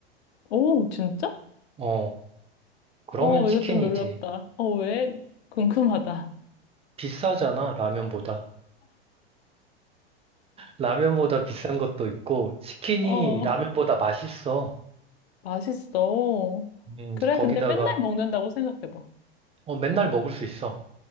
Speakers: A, on the left; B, on the right.
A: <laughs> 오, 진짜?
B: 어, 그러면
A: 어,
B: 치킨이지.
A: 이거 좀 놀랍다. 어, 왜? 궁금하다.
B: 비싸잖아, 라면보다. 라면보다 비싼 것도 있고, 치킨이
A: 어,
B: 라면보다 맛있어.
A: 맛있어.
B: 음,
A: 그래,
B: 거기다가,
A: 근데 맨날 먹는다고 생각해봐.
B: 어, 맨날 먹을 수 있어.